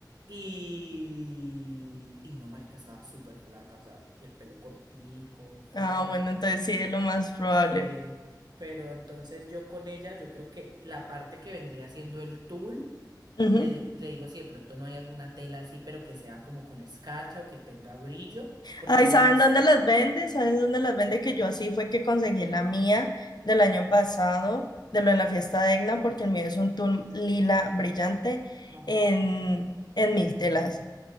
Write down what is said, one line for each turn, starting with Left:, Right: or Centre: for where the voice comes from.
Right: Y, y no, marica, estaba súper flaca, o sea, y el pelo cortico, flaca.
Left: Ah, bueno, entonces sí es lo más probable.
Right: Sí, pero entonces yo con ella, yo creo que la parte que vendría siendo el tul,
Left: Ujú.
Right: le, le digo si de pronto no hay alguna tela así, pero que sea como con escarcha o que tenga brillo, porque
Left: Ay,
Right: yo
Left: ¿saben
Right: he visto.
Left: dónde las vende? ¿Saben dónde las vende? Que yo así fue que conseguí la mía del año pasado, de lo de la fiesta de Egna, porque el mío es un tul lila brillante
Right: Ajá.
Left: en, en mil telas.